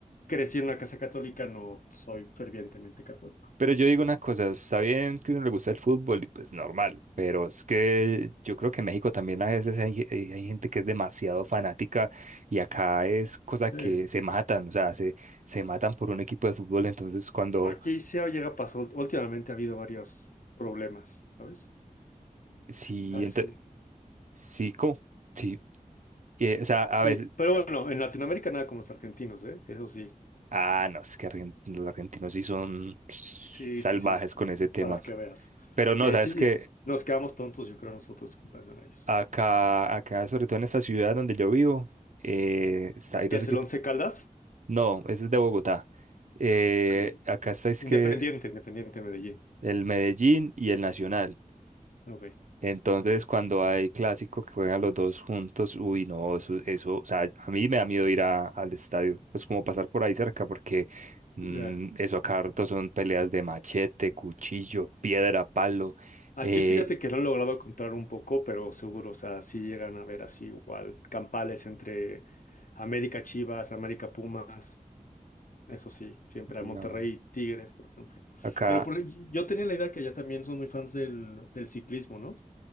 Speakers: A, on the left; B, on the right.
A: crecí en una casa católica, no soy fervientemente católico.
B: Pero yo digo una cosa, está bien que a uno le gusta el fútbol y pues normal, pero es que yo creo que en México también a veces hay, ge- hay- hay gente que es demasiado fanática y acá es cosa que
A: Sí.
B: se matan, o sea, se, se matan por un equipo de fútbol, entonces cuando,
A: Aquí sí ha- llega a pasar. ult- Últimamente ha habido varios problemas, ¿sabes?
B: sí,
A: Así.
B: ente-
A: Sí.
B: sí, ¿cómo? Sí, eh, o sea, a
A: Sí,
B: veces,
A: Pero bueno, en Latinoamérica nada como los argentinos, ¿eh? Eso sí.
B: ah, no, es que argen- los argentinos sí son <sniffs>
A: Sí,
B: salvajes
A: sí, sí.
B: con ese tema,
A: Para que veas.
B: pero
A: Sí,
B: no, sabes
A: sí,
B: que
A: es- nos quedamos tontos, yo creo, nosotros en comparación a ellos.
B: acá, acá, sobre todo en esta ciudad donde yo vivo, eh, está- hay dos
A: ¿Qué es
B: equipos
A: el Once Caldas?
B: No, ese es de Bogotá. Eh,
A: Ok.
B: acá está es
A: Independiente,
B: que
A: Independiente Medellín.
B: el Medellín y el Nacional.
A: Ok,
B: Entonces,
A: sí.
B: cuando hay clásico que juegan los dos juntos, uy, no, eso, eso, o sea, a mí me da miedo ir a- al estadio, pues como pasar por ahí cerca, porque mm,
A: Ya.
B: eso acá harto son peleas de machete, cuchillo, piedra, palo.
A: Aquí
B: eh,
A: fíjate que lo han logrado encontrar un poco, pero seguro, o sea, sí llegan a ver así igual campales entre América Chivas, América Pumas, eso sí, siempre a
B: no,
A: Monterrey Tigres, por ejemplo.
B: acá.
A: Pero por- yo tenía la idea que allá también son muy fans del, del ciclismo, ¿no?